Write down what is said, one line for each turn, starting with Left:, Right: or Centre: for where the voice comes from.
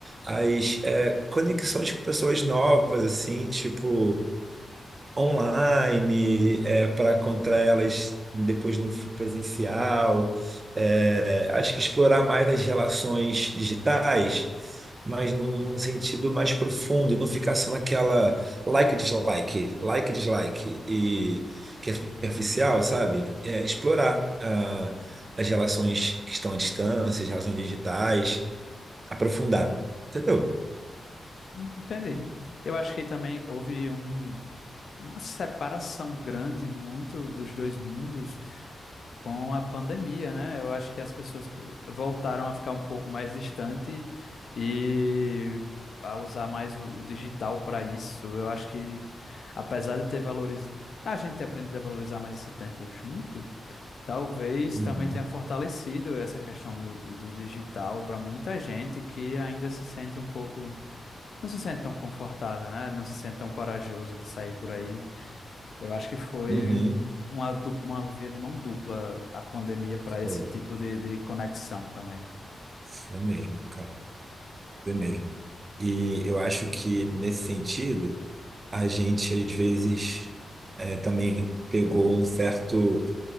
Right: as é, conexões com pessoas novas, assim, tipo online, para contra elas depois no presencial. É, acho que explorar mais as relações digitais, mas num, num sentido mais profundo, e não ficar só naquela like, e dislike, like, e dislike, e que é superficial, sabe? É, explorar ah, as relações que estão à distância, as relações digitais, aprofundar, entendeu?
Left: Entendi. Eu acho que também houve um, uma separação grande muito dos dois mundos com a pandemia, né? Eu acho que as pessoas voltaram a ficar um pouco mais distante e a usar mais o, o digital para isso. Eu acho que, apesar de ter valores, a gente ter aprendido a valorizar mais esse tempo junto, talvez
Right: Uhum.
Left: também tenha fortalecido essa questão do, do do digital para muita gente que ainda se sente um pouco, não se sente tão confortável, né? Não se sente tão corajoso de sair por aí eu acho que foi
Right: Uhum.
Left: uma, du- uma via de mão dupla a pandemia para
Right: Foi,
Left: esse tipo de, de conexão também.
Right: foi mesmo, cara. é mesmo. E eu acho que, nesse sentido, a gente, às vezes, é, também pegou um certo,